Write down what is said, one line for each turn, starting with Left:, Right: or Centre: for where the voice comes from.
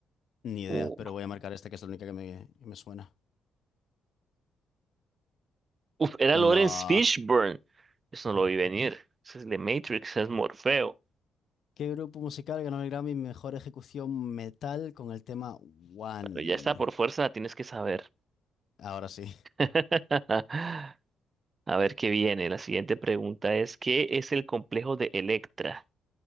Left: Ni idea,
Right: Uh,
Left: pero voy a marcar esta que es la única que me, que me suena.
Right: uf, era
Left: No.
Right: Lawrence Fishburne. Eso no lo vi venir. Ese es de Matrix, es Morfeo.
Left: ¿Qué grupo musical ganó el Grammy Mejor Ejecución Metal con el tema One?
Right: Pero ya está, por fuerza la tienes que saber.
Left: Ahora sí.
Right: <laughs> A ver qué viene. La siguiente pregunta es, ¿qué es el complejo de Electra?